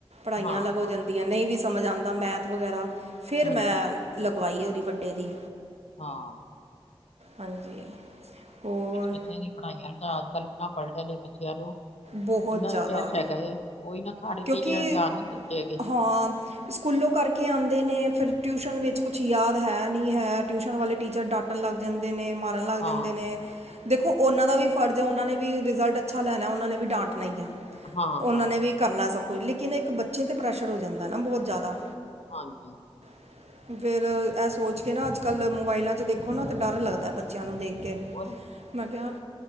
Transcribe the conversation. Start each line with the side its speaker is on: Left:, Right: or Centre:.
Right: ਪੜ੍ਹਾਈਆਂ
Left: ਹਾਂ,
Right: ਅਲੱਗ ਹੋ
Left: ਹਾਂ।
Right: ਜਾਂਦੀਆਂ ਨਹੀਂ ਵੀ ਸਮਝ ਆਉਂਦਾ ਮੈਥ ਵਗੈਰਾ ਫਿਰ
Left: ਹਾਂਜੀ-ਹਾਂਜੀ,
Right: ਮੈਂ ਲਗਵਾਈ ਏ ਉਹਦੀ ਵੱਡੇ ਦੀ
Left: ਹਾਂ
Right: ਹਾਂਜੀ ਹੋਰ
Left: ਬੱਚਿਆਂ ਦੀ ਪੜ੍ਹਾਈਆਂ ਤਾਂ ਅੱਜ ਕੱਲ੍ਹ ਇੰਨਾ ਬਰਡਣ ਏ ਬੱਚਿਆਂ ਨੂੰ
Right: ਬਹੁਤ
Left: ਇੰਨਾ
Right: ਜ਼ਿਆਦਾ
Left: ਸਟਰੈਸ ਹੈਗਾ ਏ ਉਹੀ ਨਾ ਖਾਣੇ
Right: ਕਿਉਂਕਿ
Left: ਪੀਣੇ ਅਲ ਧਿਆਨ ਨਹੀਂ ਦਿੰਦੇ ਹੈਗੇ
Right: ਹਾਂ ਸਕੂਲੋਂ ਕਰਕੇ ਆਉਂਦੇ ਨੇ ਫਿਰ ਟਿਊਸ਼ਨ ਵਿੱਚ ਕੁਛ ਯਾਦ ਹੈ ਨਹੀਂ ਹੈ ਟਿਊਸ਼ਨ ਵਾਲੇ ਟੀਚਰ ਡਾ ਕੁੱਟਣ ਲੱਗ ਜਾਂਦੇ ਨੇ ਮਾਰਨ ਲੱਗ
Left: ਹਾਂ।
Right: ਜਾਂਦੇ ਨੇ ਦੇਖੋ ਉਹਨਾਂ ਦਾ ਵੀ ਫਰਜ਼ ਹੈ ਉਹਨਾਂ ਨੇ ਵੀ ਰਿਜ਼ਲਟ ਅੱਛਾ ਲੈਣਾ ਉਹਨਾਂ ਨੇ ਵੀ ਡਾਂਟਣਾ ਈ ਹੈ
Left: ਹਾਂ,
Right: ਉਹਨਾਂ
Left: ਹਾਂ,
Right: ਨੇ ਵੀ ਕਰਨਾ ਸਭ ਕੁਝ ਲੇਕਿਨ ਇੱਕ ਬੱਚੇ 'ਤੇ ਪ੍ਰੈਸ਼ਰ ਹੋ ਜਾਂਦਾ ਨਾ ਬਹੁਤ ਜ਼ਿਆਦਾ
Left: ਹਾਂਜੀ
Right: <inaudible> ਫਿਰ ਇਹ ਸੋਚ ਕੇ ਨਾ ਅੱਜ ਕੱਲ੍ਹ ਮੋਬਾਇਲਾਂ 'ਚ ਦੇਖੋ ਨਾ ਤਾਂ ਡਰ ਲੱਗਦਾ ਬੱਚਿਆਂ ਨੂੰ ਦੇਖ ਕੇ
Left: ਹੋਰ
Right: ਮੈਂ ਕਿਹਾ